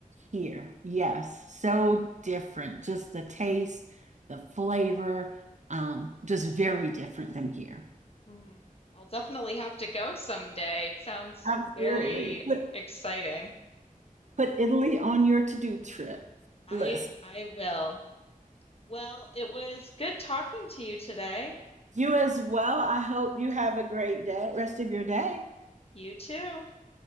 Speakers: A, on the right; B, on the left.
A: here. Yes, so different. Just the taste, the flavor, um, just very different than here.
B: Hmm. I'll definitely have to go someday. It sounds
A: Absolutely.
B: very exciting.
A: Put Italy on your to-do trip
B: I
A: list.
B: I will. Well, it was good talking to you today.
A: You as well. I hope you have a great day, rest of your day.
B: You too.